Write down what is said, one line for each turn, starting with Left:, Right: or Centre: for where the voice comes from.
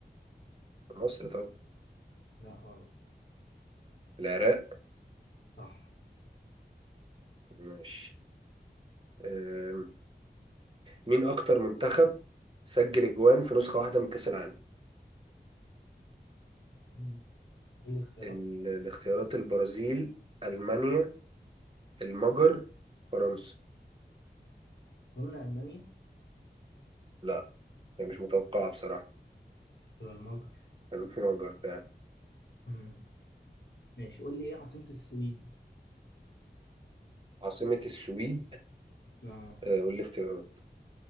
Right: في مصر طب
Left: لا غلط
Right: العراق
Left: صح
Right: ماشي آه، مين أكتر منتخب سجل أجوان في نسخة واحدة من كأس العالم
Left: مم، قول لي اختيارات
Right: ال- الاختيارات البرازيل ألمانيا المجر فرنسا
Left: قلنا المانيا
Right: لا هي مش متوقعة بصراحة
Left: ولا المجر
Right: كان في مجر فعلا
Left: مم، ماشي قول لي ايه عاصمه السويد
Right: عاصمة السويد
Left: اه
Right: آه، قول لي اختيارات